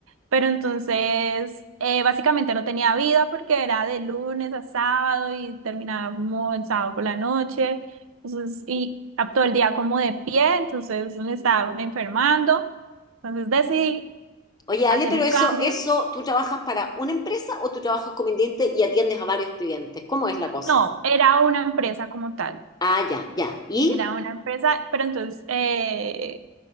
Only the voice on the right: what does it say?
pero entonces eh, básicamente no tenía vida porque era de lunes a sábado y terminaba como el sábado por la noche, entonces, y a- todo el día como de pie, entonces me estaba enfermando, entonces decidí
hacer
un
cambio.
No, era una empresa como tal.
Era una empresa, pero entonces, eh,